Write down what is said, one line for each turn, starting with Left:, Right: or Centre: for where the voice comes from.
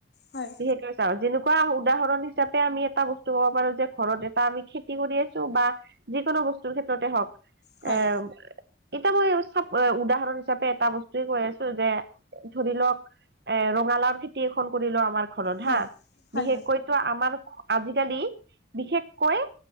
Left: হয়।
Right: বিশেষকে চাওঁ। যেনেকুৱা উদাহৰণ হিচাপে আমি এটা বস্তু ক'ব পাৰো যে ঘৰত এটা আমি খেতি কৰি আছোঁ। বা যিকোনো বস্তুৰ ক্ষেত্ৰতে হওঁক।
Left: হয়
Right: এ, এতিয়া মই চাওঁক উদাহৰণ হিচাপে এটা বস্তুয়ে কৈ আছোঁ যে ধৰি লওঁক এ, ৰঙালাও খেতি এখন কৰিলো আমাৰ ঘৰত
Left: হয়
Right: হা',
Left: হয়
Right: বিশেষকৈ
Left: হয়
Right: টো আমাৰ আজিকালি বিশেষকৈ